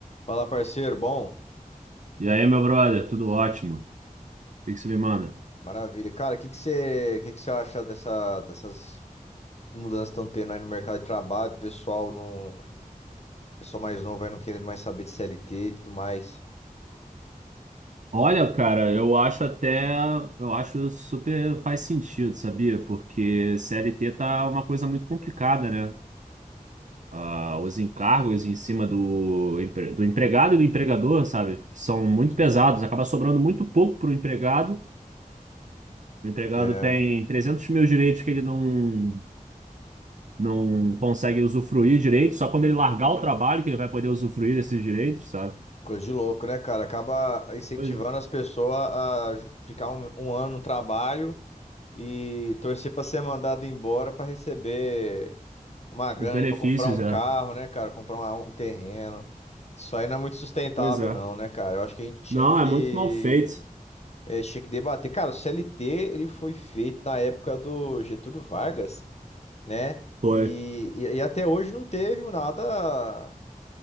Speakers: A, on the left; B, on the right.
A: Fala, parceiro. Bom,
B: E aí, meu brother, tudo ótimo? O que que você me manda?
A: maravilha. Cara, o que que você, que que você acha dessa, dessas mudanças que estão tendo aí no mercado de trabalho? O pessoal não, o pessoal mais novo aí não querendo mais saber de CLT e tudo mais.
B: Olha, cara, eu acho até, eu acho super faz sentido, sabia? Porque CLT tá uma coisa muito complicada, né? Ah, os encargos em cima do, empre- do empregado e do empregador, sabe? São muito pesados, acaba sobrando muito pouco pro empregado. O empregado
A: É,
B: tem 300 mil direitos que ele não, não consegue usufruir direito, só quando ele largar o trabalho que ele vai poder usufruir desses direitos, sabe?
A: coisa de louco, né, cara? Acaba incentivando
B: Pois, é.
A: as pessoas a ju- ficar um, um ano no trabalho e torcer pra ser mandado embora pra receber uma grana
B: os benefícios,
A: para comprar um carro,
B: é.
A: né, cara? Comprar uma- um terreno. Isso aí não é muito sustentável,
B: Pois é.
A: não, né, cara? Eu acho que a gente tinha
B: Não,
A: que
B: é muito mal feito.
A: É, tinha que debater. Cara, o CLT ele foi feito na época do Getúlio Vargas, né?
B: Foi.
A: E, e, e até hoje não teve nada.